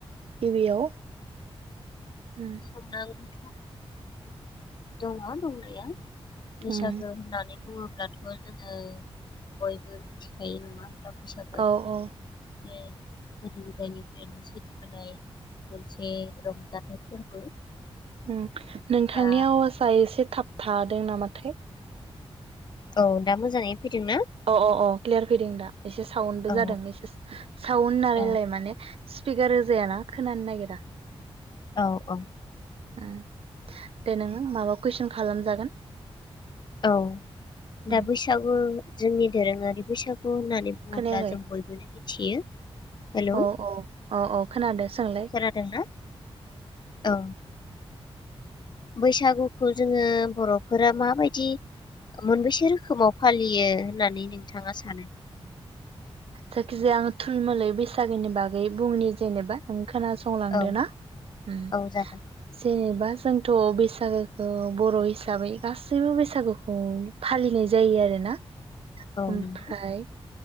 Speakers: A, on the right; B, on the left.
A: गिबियाव उम
B: <unintelligible> थ' दङ' दंनाया बैसागो
A: उम
B: होननानै बुङो ब्लाथ' जोङो बयबो मिथिखायो नङा बैसागोआ
A: औ
B: जोंनि
A: औ
B: <unintelligible> गोदो गोदायनिफ्रायनो सोलिबोनाय मोनसे रंजाथाइ फोरबो
A: ओ नोंथांनि
B: दा
A: आवाजआ एसे थाब थादों नामाथाय
B: औ दा मोजाङै फैदोंना?
A: अ अ अ क्लियार फैदों दा एसे साउनबो
B: औ
A: जादों एसे साउन नालाय
B: औ
A: माने स्पिकार होजाया ना खोनानो नागिरा।
B: औ औ
A: ओ दे नोङो माबा कुइसन खालामजागोन
B: औ
A: उम
B: दा बैसागु जोंनि दोरोङारि बैसागु होननानै बुङोब्ला
A: खोनायाखै
B: जों बयबोनो मिथियो हेलौ
A: औ औ औ औ खोनादो सोंलाय
B: खोनादोंना औ बैसागुखौ जोङो बरफोरा माबायदि मोनबेसे रोखोमाव फालियो होननानै नोंथाङा सानो
A: जायखिजाया आं थुलमोलै बैसागोनि बागै बुंनि जेनेबा नों खोनासंलांदो
B: औ
A: ना उम
B: औ जागोन
A: जेनेबा जों थ बैसागोखौ बर हिसाबै गासैबो बैसागुखौ फालिनाय जायो आरोना
B: औ
A: ओमफ्राय
B: नंगौ